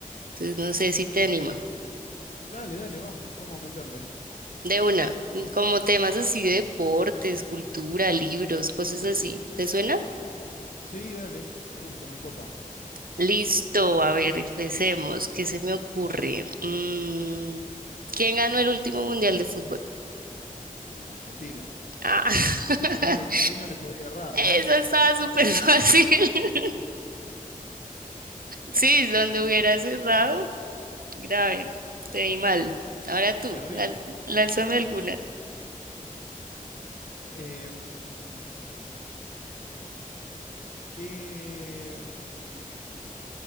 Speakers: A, on the right (about 80°); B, on the left (about 60°).
A: Entonces no sé si te anima.
B: Dale, dale, vamos, vamos a meterle.
A: De una, mm, como temas así de deportes, cultura, libros, cosas así. ¿Te suena?
B: Sí, dale, me gusta, me copa.
A: Listo, a ver, empecemos. ¿Qué se me ocurre? Mm, ¿quién ganó el último mundial de fútbol?
B: Bueno, Argentina.
A: Ah, <laughs>
B: Ahí no, ahí no le podía errar, ¿no?
A: eso estaba súper fácil. <laughs> Sí, donde hubiera cerrado, grave, te vi mal. Ahora tú,
B: Terrible.
A: lan- lánzame alguna.
B: Em, ¿qué, em,